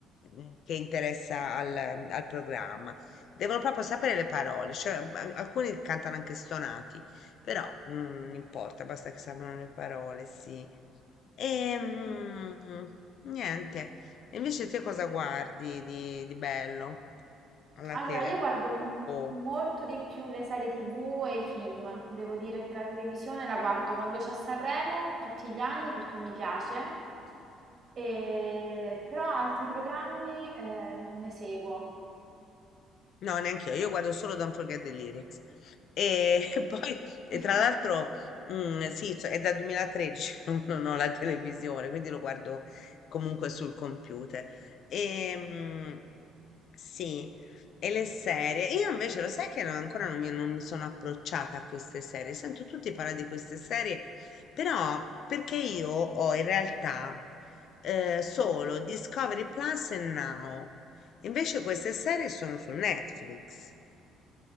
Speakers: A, on the left; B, on the right.
A: mm, che interessa al, al programma. Devono proprio sapere le parole, cioè a- alcuni cantano anche stonati, però mm, non importa, basta che sappiano le parole, sì. E mm, niente. E Invece te cosa guardi di, di bello alla
B: Allora,
A: tele?
B: io guardo m-
A: Oh.
B: molto di più le serie TV e i film. Devo dire che la televisione la guardo quando c'è Sanremo, tutti gli anni perché mi piace, e- però altri programmi eh, non ne seguo.
A: No, neanche io, io guardo solo Don't Forget the Lyrics. E <laughs> poi, e
B: <laughs>
A: tra l'altro, mm, sì, cioè, è dal 2013 che <laughs> non ho la televisione, quindi lo guardo comunque sul computer. E, mm, sì, e le serie. Io invece lo sai che non- ancora non mi, non mi sono approcciata a queste serie. Sento tutti parlare di queste serie, però perché io ho in realtà eh, solo Discovery Plus e Now. Invece queste serie sono su Netflix.